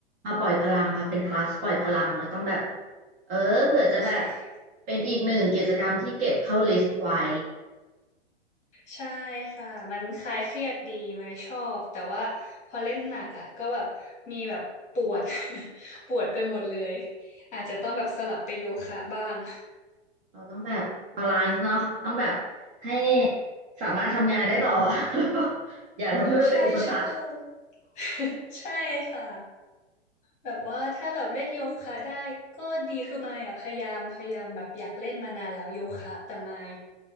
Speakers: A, on the right; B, on the left.
A: มาปล่อยพลังค่ะเป็นคลาสปล่อยพลังแล้วต้องแบบเออเผื่อจะแบบ
B: ใช่
A: เป็นอีกหนึ่งกิจกรรมที่เก็บเข้าลิสต์ไว้
B: ใช่ค่ะมันคลายเครียดดีไหมชอบแต่ว่าพอเล่นหนักอ่ะก็แบบมีแบบปวด <laughs> ปวดไปหมดเลยอาจจะต้องแบบสลับไปโยคะบ้าง
A: เราต้องแบบบาลานซ์เนาะต้องแบบให้สามารถทำงานได้ต่อ <laughs> อย่าทำให้มันเป็นอุปสรรค
B: ใช่ใช่ <laughs> ใช่ค่ะแบบว่าถ้าแบบเล่นโยคะได้ก็ดีคือมายอ่ะพยายามพยายามแบบอยากเล่นมานานแล้วโยคะแต่มาย